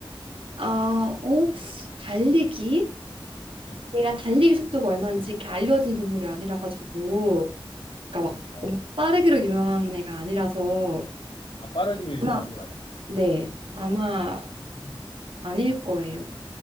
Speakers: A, on the right (about 90°); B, on the left (about 75°).
A: 아, 어, 달리기?
B: 네.
A: 얘가 달리기 속도가 얼마인지 이렇게 알려진 동물이 아니라 가지고. 그러니까 막
B: 어,
A: 엄청 빠르기로 유명한 애가 아니라서
B: 아, 빠르기로 유명한
A: 아마
B: 건
A: 네 아마
B: 음.
A: 아닐 거예요.